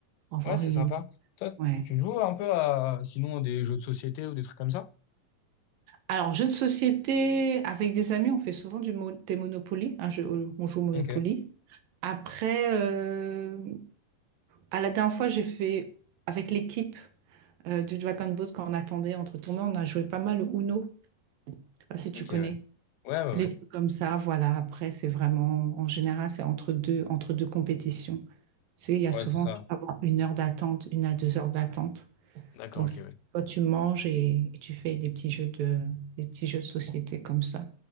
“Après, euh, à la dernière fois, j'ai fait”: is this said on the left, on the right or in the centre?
Right